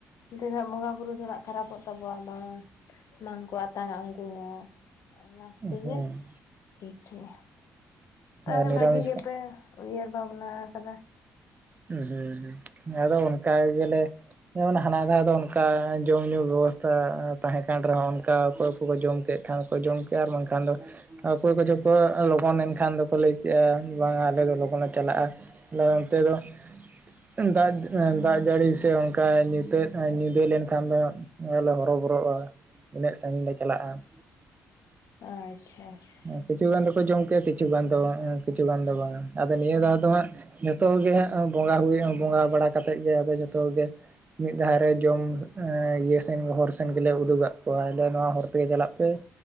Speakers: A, on the left; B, on the right.
A: ᱚᱱᱛᱮ ᱫᱚ ᱦᱟᱜ ᱵᱚᱸᱜᱟ ᱵᱩᱨᱩ ᱫᱚ ᱦᱟᱜ ᱠᱷᱟᱨᱟᱯᱚᱜ ᱛᱟᱵᱚᱣᱟ ᱵᱟᱝᱟ ᱾ ᱵᱟᱝᱠᱚ ᱟᱛᱟᱝᱟ ᱩᱱᱠᱩ ᱦᱚᱸ ᱚᱱᱟ ᱠᱷᱟᱹᱛᱤᱨ
B: ᱦᱩᱸ
A: ᱜᱮ ᱴᱷᱤᱠ <unintelligible> ᱾ ᱛᱟᱦᱞᱮ
B: ᱟᱨ ᱱᱤᱨᱟᱢᱤᱥ
A: ᱵᱷᱟᱜᱤ ᱜᱮᱯᱮ ᱩᱭᱦᱟᱹᱨ ᱵᱷᱟᱵᱱᱟ ᱟᱠᱟᱫᱟ ᱾
B: ᱦᱩᱸ ᱦᱩᱸ ᱟᱫᱚ ᱚᱱᱠᱟ ᱜᱮᱞᱮ ᱡᱮᱢᱚᱱ ᱦᱟᱱᱟ ᱫᱷᱟᱣ ᱫᱚ ᱚᱱᱠᱟ ᱡᱚᱢ ᱧᱩ ᱵᱮᱵᱚᱥᱛᱟ ᱛᱟᱦᱮᱸ ᱠᱟᱱ ᱨᱮᱦᱚᱸ ᱚᱱᱠᱟ ᱚᱠᱚᱭ ᱠᱚ ᱠᱚ ᱡᱚᱢ ᱠᱮᱫ ᱠᱷᱟᱱ ᱠᱚ ᱡᱚᱢ ᱠᱮᱜ-ᱟ ᱟᱨ ᱵᱟᱝᱠᱷᱟᱱ ᱫᱚ ᱚᱠᱚᱭ ᱠᱚᱪᱚ ᱠᱚ ᱞᱚᱜᱚᱱ ᱮᱱᱠᱷᱟᱱ ᱫᱚᱠᱚ ᱞᱟᱹᱭ ᱠᱮᱜᱼᱟ ᱵᱟᱝᱟ ᱟᱞᱮ ᱫᱚ ᱞᱚᱜᱚᱱ ᱞᱮ ᱪᱟᱞᱟᱜᱼᱟ ᱾ ᱚᱱᱛᱮ ᱫᱚ ᱫᱟᱜ ᱫᱟᱜ ᱡᱟᱹᱲᱤ ᱥᱮ ᱚᱱᱠᱟ ᱧᱩᱛᱟᱹ ᱧᱤᱫᱟᱹ ᱞᱮᱱᱠᱷᱟᱱ ᱫᱚ ᱞᱮ ᱦᱚᱨᱚᱵᱚᱨᱚᱜᱼᱟ ᱤᱱᱟᱹᱜ ᱥᱟᱺᱜᱤᱧ ᱞᱮ ᱪᱟᱞᱟᱜᱼᱟ ᱾
A: ᱟᱪᱪᱷᱟ ᱟᱪᱪᱷᱟ
B: <unintelligible> ᱠᱤᱪᱷᱩ ᱜᱟᱱ ᱫᱚᱠᱚ ᱡᱚᱢ ᱠᱮᱜ-ᱟ ᱠᱤᱪᱷᱩ ᱜᱟᱱ ᱫᱚ ᱵᱟᱝᱟ, ᱟᱫᱚ ᱱᱤᱭᱟᱹ ᱫᱷᱟᱣ ᱫᱚ ᱦᱟᱸᱜ ᱡᱚᱛᱚᱜ ᱜᱮ ᱦᱟᱸᱜ ᱵᱚᱸᱜᱟ ᱦᱩᱭᱩᱜᱼᱟ, ᱵᱚᱸᱜᱟ ᱵᱟᱲᱟ ᱠᱟᱛᱮᱫ ᱜᱮ ᱟᱫᱚ ᱡᱚᱛᱚ ᱜᱮ ᱢᱤᱫ ᱫᱷᱟᱨᱣ ᱨᱮ ᱡᱚᱢ ᱤᱭᱟᱹ ᱥᱮᱱ ᱦᱚᱨ ᱥᱮᱱ ᱜᱮᱞᱮ ᱩᱫᱩᱜᱟᱜ ᱠᱚᱣᱟ ᱞᱮ ᱱᱚᱣᱟ ᱦᱚᱨ ᱛᱮᱜᱮ ᱪᱟᱞᱟᱜ ᱯᱮ ᱾